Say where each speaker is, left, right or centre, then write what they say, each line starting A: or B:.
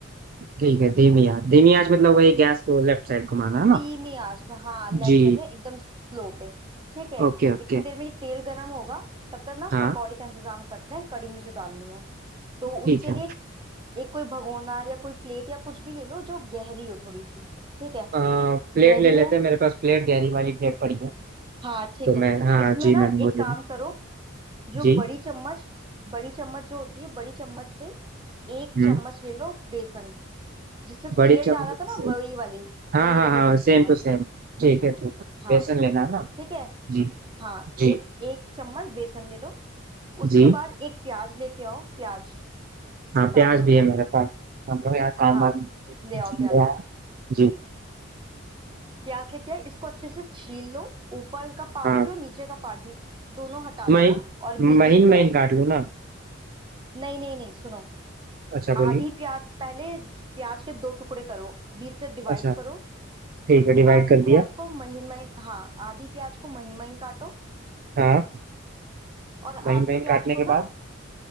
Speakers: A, on the right; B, on the right.
A: ठीक है धीमी आंच धीमी आंच मतलब वही गैस को लेफ्ट साइड घुमाना है ना
B: धीमी आंच में हाँ लेफ्ट
A: जी
B: साइड में एकदम स्लो पे ठीक है
A: Okay okay
B: इतनी देर में ये तेल गर्म होगा तब तक ना
A: हाँ
B: पकौड़ी का इंतजाम करते हैं कड़ी में जो डालनी है तो
A: ठीक
B: उसके
A: है
B: लिए एक कोई भगोना या कोई प्लेट या कुछ भी ले लो जो गहरी हो थोड़ी सी ठीक है
A: आ, प्लेट
B: गहरी
A: ले लेते
B: है
A: हैं मेरे पास प्लेट गहरी वाली प्लेट पड़ी है
B: हाँ ठीक
A: तो
B: है
A: मैं हाँ
B: इसमें
A: जी
B: ना
A: मैंने वो
B: एक
A: ले
B: काम
A: ली
B: करो जो
A: जी
B: बड़ी चम्मच बड़ी चम्मच जो होती है बड़ी चम्मच से एक
A: हम्म
B: चम्मच ले लो बेसन जिससे तेल
A: बड़ी चम्मच
B: डाला था ना
A: से
B: वही वाली
A: हाँ
B: वही
A: हाँ
B: वाली
A: हाँ
B: बड़ी चम्मच
A: सेम टू सेम ठीक है ठीक है
B: हाँ
A: बेसन लेना है ना
B: ठीक है
A: जी
B: हाँ
A: जी
B: एक एक चम्मच बेसन ले लो उसके
A: जी
B: बाद एक प्याज लेके आओ प्याज
A: हाँ प्याज
B: साबुत
A: भी है मेरे पास हम लोग यहाँ काम
B: हाँ
A: वाली
B: ले आओ
A: चल
B: प्याज
A: रहा है जी
B: प्याज लेके आए इसको अच्छे से छील लो ऊपर का पार्ट
A: हाँ
B: भी और नीचे का पार्ट भी दोनों हटा
A: महीन
B: देना और बीच
A: महीन
B: बीच का
A: महीन काट लूँ ना
B: नहीं नहीं नहीं सुनो
A: अच्छा
B: आधी
A: बोलिए
B: प्याज पहले प्याज के दो टुकड़े करो बीच से डिवाइड
A: अच्छा
B: करो
A: ठीक है डिवाइड
B: आधी
A: कर
B: प्याज
A: दिया
B: को महीन महीन हाँ आधी प्याज को महीन महीन काटो
A: हाँ
B: और
A: महीन
B: आधी
A: महीन
B: प्याज
A: काटने के
B: को ना
A: बाद